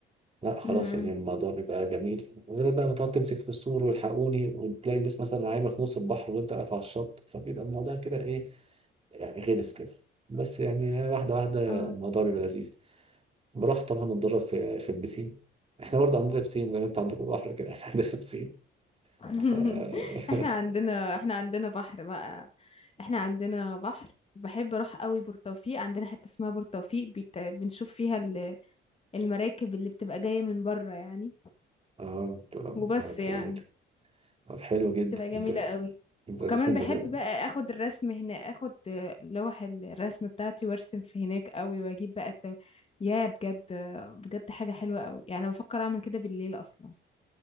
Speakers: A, on the right (about 30°); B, on the left (about 30°).
A: لا خلاص
B: امم
A: يعني الموضوع بيبقى جميل غير بقى ما تقعد تمسك في السور والحقوني وتلاقي الناس مثلا عايمة في نص البحر وانت واقف على الشط فبيبقى الموضوع كده ايه يعني غلس كده بس يعني واحدة واحدة
B: اه
A: الموضوع بيبقى لذيذ بروح طبعا اتدرب في في البسين احنا برضه عندنا بسين زي ما انت عندك بحر كده احنا عندنا بسين
B: <laughs>
A: ف <laughs>
B: احنا عندنا احنا عندنا بحر بقى احنا عندنا بحر بحب اروح قوي بورتوفيق عندنا حتة اسمها بورتوفيق بيت... بنشوف فيها ال- المراكب اللي بتبقى جاية من بره يعني
A: اه بتبقى
B: وبس
A: بتبقى
B: يعني
A: جميلة طب حلو جدا
B: تبقى جميلة
A: انت
B: قوي
A: انت
B: وكمان
A: اساسا بت-
B: بحب بقى اخد الرسم هنا اخد آه، لوح الرسم بتاعتي وارسم في هناك قوي واجيب بقى التو... يا بجد آه، بجد حاجة حلوة قوي يعني انا بفكر اعمل كده بالليل اصلا